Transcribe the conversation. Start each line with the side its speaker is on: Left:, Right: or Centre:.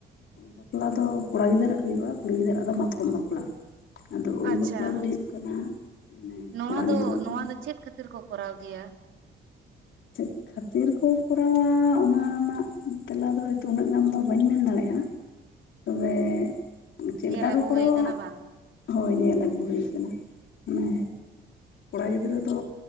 Left: ᱵᱟᱯᱞᱟ ᱫᱚ ᱠᱚᱲᱟ ᱜᱤᱫᱽᱨᱟᱹ ᱟᱜ ᱦᱩᱭᱩᱜᱼᱟ ᱠᱩᱲᱤ ᱜᱤᱫᱽᱨᱟᱹ ᱟᱜ ᱫᱚ ᱢᱟᱛᱠᱚᱢ ᱵᱟᱯᱞᱟ᱾ ᱟᱫᱚ ᱩᱞ
Right: ᱟᱪᱪᱷᱟ
Left: ᱵᱟᱯᱞᱟ ᱫᱚ ᱦᱩᱭᱩᱜ ᱠᱟᱱᱟ ᱢᱟᱱᱮ
Right: ᱱᱚᱣᱟ
Left: ᱠᱚᱲᱟ ᱜᱤᱫᱽᱨᱟᱹ
Right: ᱱᱚᱣᱟ
Left: ᱫᱚ
Right: ᱪᱮᱫ ᱠᱷᱟᱹᱛᱤᱨ ᱠᱚ ᱠᱚᱨᱟᱣ ᱜᱮᱭᱟ᱾
Left: ᱪᱮᱫ ᱠᱷᱟᱹᱛᱤᱨ ᱠᱚ ᱠᱚᱨᱟᱣᱟ ᱚᱱᱟ ᱨᱮᱱᱟᱜ ᱛᱮᱞᱟ ᱫᱚ ᱦᱚᱭᱛᱚ ᱩᱱᱟᱹᱜ ᱜᱟᱱ ᱫᱚ ᱵᱟᱹᱧ ᱢᱮᱱ ᱫᱟᱲᱮᱜᱼᱟ᱾ ᱛᱚᱵᱮ ᱪᱮᱜ
Right: ᱧᱮᱞ
Left: ᱞᱮᱠᱟ
Right: ᱟᱹᱜᱩ
Left: ᱠᱚ ᱠᱚᱨᱟᱣᱟ
Right: ᱦᱩᱭ ᱟᱠᱟᱱᱟ
Left: ᱦᱟᱜ?
Right: ᱵᱟᱝ
Left: ᱦᱳᱭ ᱧᱮᱞ ᱟᱹᱜᱩ ᱦᱩᱭ ᱠᱟᱱᱟ ᱢᱟᱱᱮ ᱠᱚᱲᱟ ᱜᱤᱫᱽᱨᱟᱹ ᱫᱚ